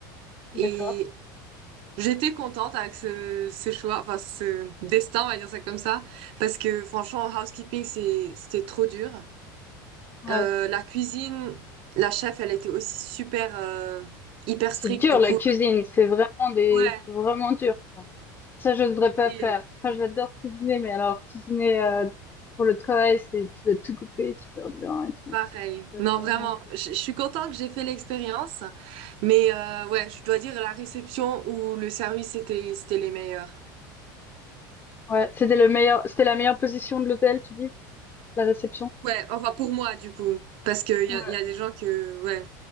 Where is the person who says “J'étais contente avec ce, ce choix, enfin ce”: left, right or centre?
Right